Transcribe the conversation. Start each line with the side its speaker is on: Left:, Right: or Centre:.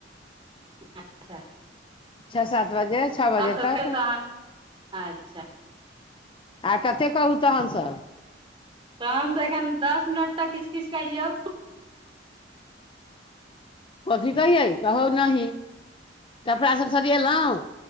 Right: अच्छा।
Left: ्ा सात बजे छः बजे
Right: आओर सभ
Left: तक
Right: ख तहन अच्छा।
Left: आ कतेक कहू तहनसभ
Right: तहन तऽ एखन दस मिनट त किछु किछ कहियौ।
Left: कथी कहियै कहौ नही कपड़ासभ सरिेलहुँ